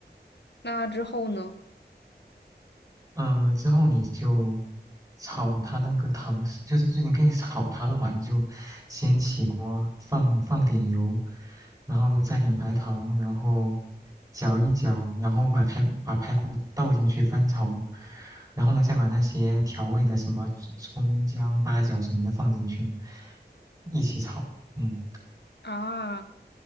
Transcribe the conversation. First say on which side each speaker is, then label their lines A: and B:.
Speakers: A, on the left (about 75°); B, on the right (about 15°).
A: 那之后呢？
B: 嗯、呃之后你就炒它那个糖水就是就你可以炒它了嘛，你就先起锅放放点油，然后加点白糖，然后搅一搅，然后把排把排骨倒进去翻炒，然后呢再把那些调味的什么葱姜八角什么的放进去，一起炒。嗯。
A: 啊。